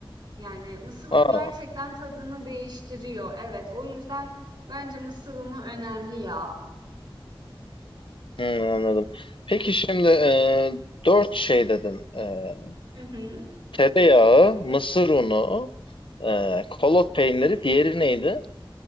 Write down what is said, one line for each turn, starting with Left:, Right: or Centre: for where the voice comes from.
Right: Yani mısır unu
Left: Aa,
Right: gerçekten tadını değiştiriyor. Evet, o yüzden bence mısır unu önemli ya.
Left: hı, anladım. Peki şimdi e, dört şey dedin. E,
Right: Hı hı.
Left: tereyağı, mısır unu, e, kolot peyniri. Diğeri neydi?